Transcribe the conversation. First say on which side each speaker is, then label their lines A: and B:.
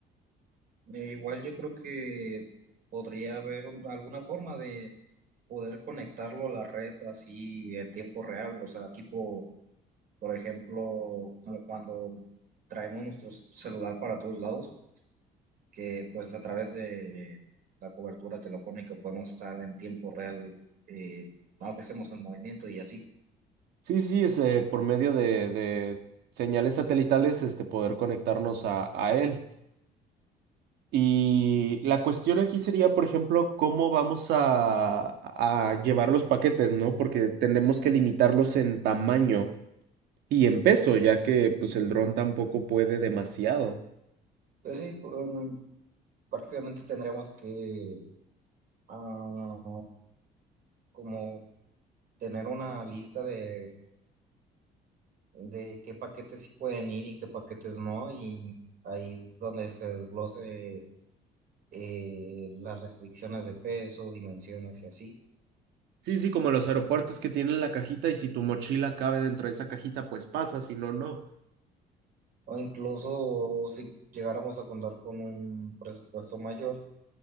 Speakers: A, on the right; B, on the right.
A: Eh, igual yo creo que podría haber un- alguna forma de poder conectarlo a la red así en tiempo real, o sea, tipo, por ejemplo, como cuando traemos nuestro celular para todos lados, que pues a través de la cobertura telefónica podemos estar en tiempo real, eh, aunque estemos en movimiento y así.
B: Sí, sí, es, eh, por medio de, de señales satelitales, este, poder conectarnos a, a él. Y la cuestión aquí sería, por ejemplo, cómo vamos a, a llevar los paquetes, ¿no? Porque tenemos que limitarlos en tamaño y en peso, ya que pues el dron tampoco puede demasiado.
A: Pues sí, mm, prácticamente tendríamos que ah, como tener una lista de, de qué paquetes sí pueden ir y qué paquetes no, y ahí es donde se desglose eh, las restricciones de peso, dimensiones y así.
B: Sí, sí, como los aeropuertos que tienen la cajita y si tu mochila cabe dentro de esa cajita, pues pasa, si no, no.
A: O incluso si llegáramos a contar con un presupuesto mayor,